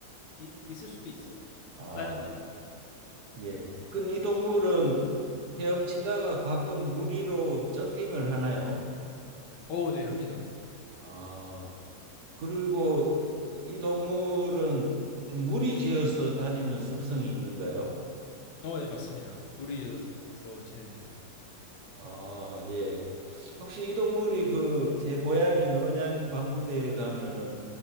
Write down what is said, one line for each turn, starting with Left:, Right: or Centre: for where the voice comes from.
Left: 이, 있을 수도 있어요.
Right: 아,
Left: 다른 나라는.
Right: 예. 그럼 이 동물은 헤엄치다가 가끔 무리로 점핑을 하나요?
Left: 어, 네, 합니다.
Right: 아, 그리고 이 동물은 좀 무리 지어서 다니는 습성이 있는가요?
Left: 어, 네, 맞습니다. 물이 이어서 지냅니다.
Right: 아, 예. 혹시 이 동물이 그 제 고향인 언양 방구대에 가면은